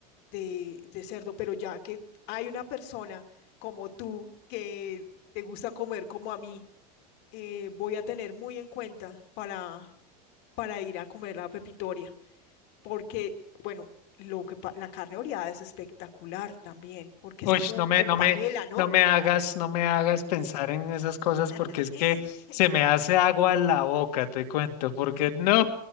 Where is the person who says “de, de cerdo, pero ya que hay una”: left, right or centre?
Left